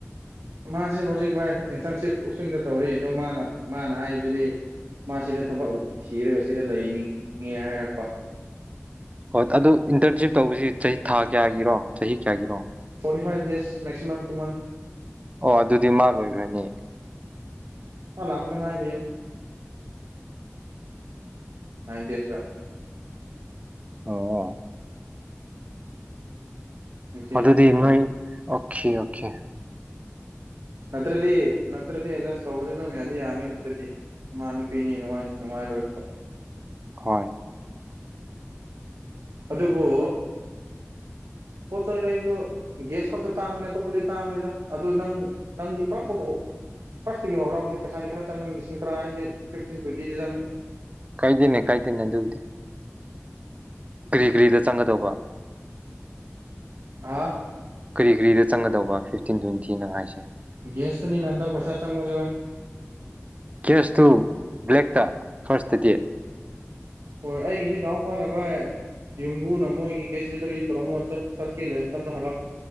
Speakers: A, on the right; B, on the right.
A: ꯃꯥꯁꯦ ꯍꯧꯖꯤꯛ ꯃꯥꯏ ꯏꯟꯇꯔꯟꯁꯤꯞ ꯁ꯭ꯋꯤꯡꯗ ꯇꯧꯔꯤ ꯑꯗ ꯃꯥꯅ ꯃꯥꯅ ꯍꯥꯏꯕꯁꯤꯗꯤ ꯃꯥꯁꯤꯗ ꯊꯕꯛ ꯊꯤꯔꯒ ꯁꯤꯗ ꯂꯩꯅꯤꯡꯉꯦ ꯍꯥꯏꯔꯛꯄ
B: ꯍꯣꯏ ꯑꯗꯨ ꯏꯟꯇꯔꯟꯁꯤꯞ ꯇꯧꯕꯁꯤ ꯆꯍꯤ ꯊꯥ ꯀꯌꯥꯒꯤꯔꯣ ꯆꯍꯤ ꯀꯌꯥꯒꯤꯔꯣ
A: ꯐ ꯗ ꯇ
B: ꯑꯣ ꯑꯗꯨꯗꯤ ꯃꯥ ꯂꯣꯏꯈ꯭ꯔꯅꯤ
A: ꯑꯣ ꯂꯥꯛ ꯉꯥꯏ ꯗ <unintelligible>
B: ꯑꯣ
A: ꯉꯁꯤ
B: ꯑꯗꯨ ꯑꯗꯨꯗꯤ ꯅꯣꯏ ꯑꯣꯈꯤꯦ ꯑꯣꯦ
A: ꯅꯠꯇ꯭ꯔꯗꯤ ꯅꯠꯇꯗꯤ ꯁꯧꯗ ꯑꯗꯨ ꯌꯥꯗꯤ ꯌꯥꯅꯤ ꯅꯠꯇ꯭ꯔꯗꯤ ꯃꯥ ꯄꯅꯤꯅꯨꯡꯉꯥꯏ ꯅꯅꯨꯡꯉꯥꯏ ꯂꯣꯏꯕ
B: ꯍꯣꯏ
A: ꯑꯗꯨꯕꯨ ꯄꯣꯠ ꯆꯩ ꯂꯩꯕꯁꯨ ꯒ꯭ꯌꯥꯁ ꯈꯛꯇ ꯇꯥꯡꯕꯅꯦ ꯑꯇꯣꯞꯄꯗꯤ ꯇꯥꯡꯉꯦꯗ ꯑꯗꯨ ꯅꯪ ꯅꯪꯗꯤ ꯄꯔ ꯐꯥꯔꯁꯇꯒꯤ ꯍꯧꯔꯛꯑꯒꯗꯤ ꯄꯩꯁꯥꯗꯤ ꯈꯔ ꯆꯪꯒꯅꯤ ꯂꯤꯁꯤꯡ ꯇꯔꯥ ꯍꯥꯏꯗꯤ ꯐꯤꯐꯇꯤꯟ ꯇ꯭ꯋꯦꯟꯇꯤꯗꯤ ꯆꯪꯒꯅꯤ
B: ꯀꯩꯗꯤꯅꯦ ꯀꯩꯗꯟꯅ ꯑꯗꯨꯗꯨꯗꯤ ꯀꯔꯤ ꯀꯔꯤꯗ ꯆꯪꯒꯗꯧꯕ
A: ꯍꯥꯥ
B: ꯀꯔꯤ ꯀꯔꯤꯗ ꯆꯪꯒꯗꯧꯕ ꯐꯤꯐꯇꯤꯟ ꯇ꯭ꯋꯦꯟꯇꯤꯅꯣ ꯍꯥꯏꯁꯦ
A: ꯒꯦꯁꯇꯅꯤꯅ ꯍꯟꯗꯛ ꯄꯩꯁꯥ ꯆꯪꯉꯨꯁꯕꯥꯏ
B: ꯀꯦꯁꯇꯨ ꯕ꯭ꯂꯦꯛꯇ ꯐꯥꯔꯁꯇꯗꯤ
A: ꯍꯣꯏ ꯑꯩꯒꯤꯁꯤ ꯍꯥꯎ ꯐꯥꯅꯕ ꯌꯝꯕꯨꯅ ꯃꯣꯍꯤꯒꯤ ꯒꯦꯁꯂꯦꯟꯟ꯭ꯔ ꯌ ꯔꯃꯣ ꯆꯠ ꯆꯠꯀꯤꯂ ꯇ ꯍꯂꯛ